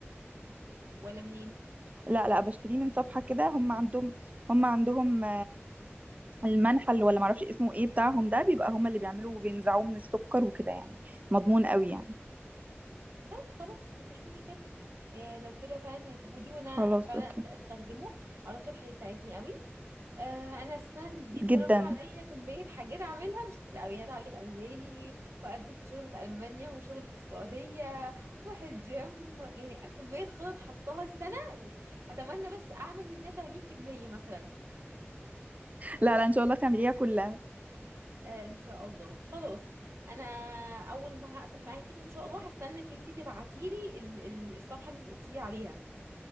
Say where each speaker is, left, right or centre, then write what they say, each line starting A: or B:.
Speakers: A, on the right; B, on the right.
A: ولا منين
B: لا لا بشتريه من صفحه كده هم عندهم هم عندهم المنحل ولا معرفش اسمه ايه بتاعهم ده بيبقى هما اللي بيعملوا وبينزعوه من السكر وكده يعني مضمون قوي يعني
A: طب خلاص مفيش مشكلة إيه لو كده فعلا هتفودي وانا
B: خلاص
A: فعلا
B: اوكي
A: ابدا استخدمه اعتقد هيساعدني قوي آه انا اساسا دي بصراحه
B: جدا
A: عليا كميه حاجات اعملها مش كتير قوي هتعلم الماني واقدم في شغل في المانيا وشغل في السعوديه واروح الجيم يعني كميه خطط حطاها لسنه اتمنى بس اعمل منها 80% مثلا
B: لا لا ان شاء الله تعمليها كلها
A: آه ان شاء الله خلاص انا اول ما هقفل معاكي كده ان شاء الله هستنى انك انتي تبعتيلي ال- ال- الصفحه اللي انت قلتيلي عليها